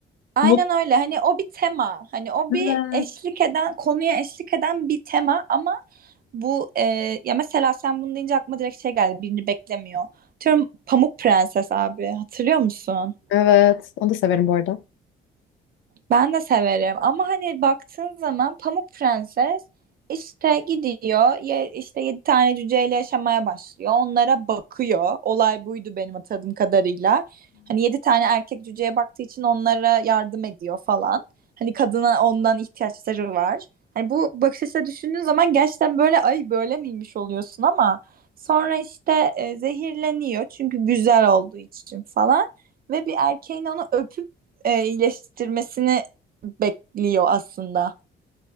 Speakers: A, on the right; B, on the left.
A: Aynen
B: mutlu.
A: öyle. Hani o bir tema. Hani o
B: Evet.
A: bir eşlik eden, konuya eşlik eden bir tema ama bu e, ya mesela sen bunu deyince aklıma direkt şey geldi. Birini beklemiyor. Diyorum Pamuk Prenses abi. Hatırlıyor musun?
B: Evet. Onu da severim bu arada.
A: Ben de severim ama hani baktığın zaman Pamuk Prenses işte gidiyor ye, işte yedi tane cüceyle yaşamaya başlıyor. Onlara bakıyor. Olay buydu benim hatırladığım kadarıyla. Hani yedi tane erkek cüceye baktığı için onlara yardım ediyor falan. Hani kadına ondan ihtiyaçları var. Hani bu bakış açısıyla düşündüğün zaman gerçekten böyle ay böyle miymiş oluyorsun ama sonra işte e, zehirleniyor çünkü güzel olduğu için falan ve bir erkeğin onu öpüp e, iyileştirmesini bekliyor aslında.